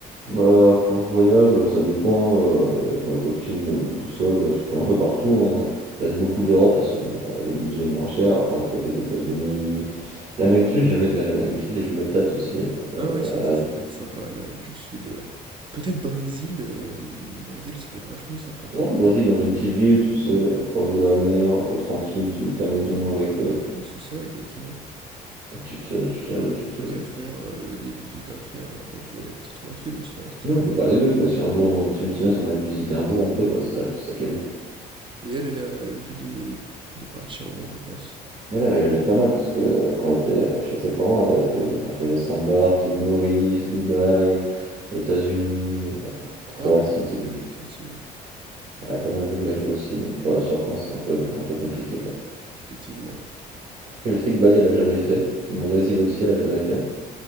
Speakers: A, on the right; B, on the right.
A: Bah, quand je voyage, euh, ça dépend, euh, avec ma copine ou tout seul, bah, je fais un peu partout, hein. Peut-être beaucoup d'Europe parce que bon, bah, le budget est moins cher. Après, on a fait les États-Unis, l'Amérique du Sud, j'ai jamais fait l'Amérique du Sud et je me tâte aussi euh,
B: Ah oui, c'est
A: à...
B: vrai que ça,
A: aller-
B: ça peut être sympa, Amérique du Sud, heu, peut-être Brésil, hem, Brésil, ça peut être vachement sympa.
A: ouais, au Brésil, dans une petite ville, tu sais, euh, proche de la mer, un peu tranquille, tu loues ta maison
B: Ouais, bah,
A: avec, euh,
B: ouais, c'est ça, exactement.
A: tu te, tu te,
B: Pas mal
A: tu
B: de trucs
A: te... Ouais,
B: à faire, heu, des visites à faire, mais après vous pouvez être tranquille aussi, rester,
A: on
B: euh.
A: peut faire les deux quoi. Si un jour, on a... si une semaine, si on a visité un jour, on peut quoi. C'est ça, le- c'est ça qui est bien.
B: et elle, elle a l'habitude de de partir où en vacances?
A: Oui, Elle a voyagé pas mal parce que euh, quand elle était euh, chez ses parents, elle a fait, bah, elle a fait Saint-Barth, île Maurice, Dubaï, États-Unis, euh, Croatie,
B: Ah oui,
A: etc.
B: oui, oui, effectivement.
A: Elle a pas mal
B: Ah oui,
A: voyagé aussi, donc pour la surprendre, c'est un peu, un peu compliqué quoi.
B: effectivement.
A: Après, je sais que Bali, elle a jamais fait. Brésil aussi, elle a jamais fait.